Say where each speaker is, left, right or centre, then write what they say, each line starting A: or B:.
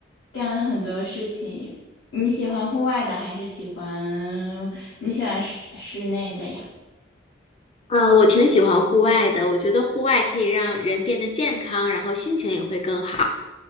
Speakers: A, on the left; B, on the left.
A: 干了很多事情。你喜欢户外的还是喜欢你喜欢室室内的呀？
B: 呃，我挺喜欢户外的，我觉得户外可以让人变得健康，然后心情也会更好。